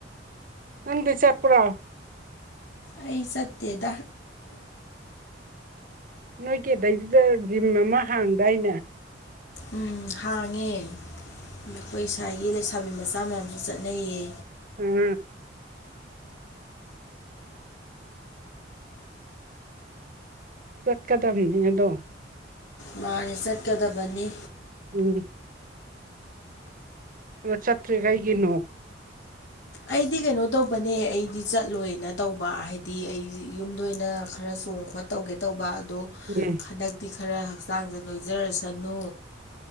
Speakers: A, on the right (about 50°); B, on the left (about 70°).
A: ꯍꯗꯤ ꯆꯄ꯭ꯔ
B: ꯑꯩ ꯆꯠꯇꯦꯗ
A: ꯅꯣꯏ ꯀꯦꯗꯩꯗꯨꯗ ꯖꯤꯝ ꯑꯃ ꯍꯥꯡꯗꯥꯏꯅꯦ
B: ꯎꯝ ꯍꯥꯡꯉꯦ ꯑꯩꯈꯣꯏ ꯏꯁꯥꯒꯤ ꯊꯥꯕꯤ ꯃꯆꯥ ꯃꯌꯥꯝꯁꯨ ꯆꯠꯅꯩꯌꯦ
A: ꯎꯝ ꯆꯠꯀꯗꯝ ꯅꯗꯣ
B: ꯃꯥꯅꯤ ꯆꯠꯀꯗꯕꯅꯤ
A: ꯎꯝ ꯑꯗ ꯆꯠꯇ꯭ꯔꯤ ꯀꯩꯒꯤꯅꯣ
B: ꯑꯩꯗꯤ ꯀꯩꯅꯣ ꯇꯧꯕꯅꯦ ꯑꯩꯗꯤ ꯆꯠꯂꯣꯏꯅ ꯇꯧꯕ ꯍꯥꯏꯗꯤ ꯑꯩ ꯌꯨꯝꯗ ꯑꯣꯏꯅ ꯈꯔ ꯆ ꯇ ꯈꯣꯠ ꯇꯧꯒꯦ ꯇꯧꯕ ꯑꯗꯣ
A: ꯎꯝ
B: ꯍꯟꯗꯛꯇꯤ ꯈꯔ ꯍꯛꯆꯥꯡꯁꯦ ꯅꯣꯏꯖꯔꯁꯅꯨ